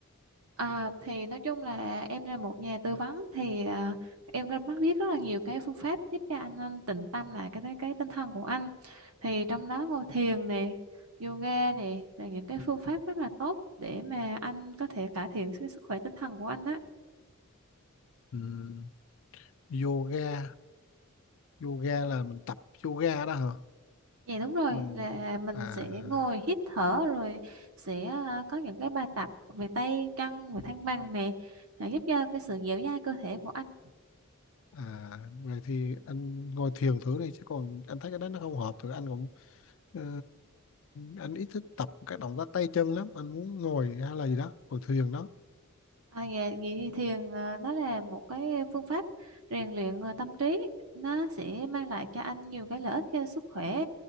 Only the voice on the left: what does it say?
Ừm, yoga, yoga là mình tập yoga đó hả?
Mình
à
à vậy thì anh ngồi thiền thử đi chứ còn anh thấy cái đó nó không hợp thì anh cũng ờ, anh ít thích tập các động tác tay chân lắm, anh muốn ngồi hay là gì đó, ngồi thiền đó